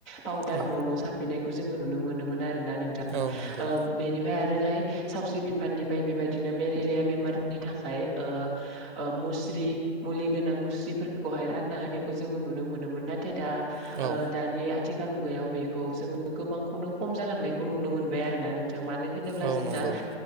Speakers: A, in the centre; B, on the right (about 45°).
A: फाउदार
B: औ
A: न न सारफैनायखौ जोङो नुनो मोनोन आरोना नोंथां
B: औ नंगौ
A: बेनि आरो ओरैहाय सावस्रि बिफाननिफ्राय बेबायदिनो मेलेरिया बेमारनि थाखाय मुस्रि मुस्रि मुलि गोनां मुस्रिफोरखौ हाय रानना होनायखौ जोङो नुनो मोनोमोन। नाथाय दा
B: औ
A: दानि आथिखाल मुगायाव बेखौ जोङो गोबांखौनो खम जालांनायखौ नुनो मोनबाय आरोना नोंथां मानो होनोब्ला
B: औ
A: जोंना
B: नंगौ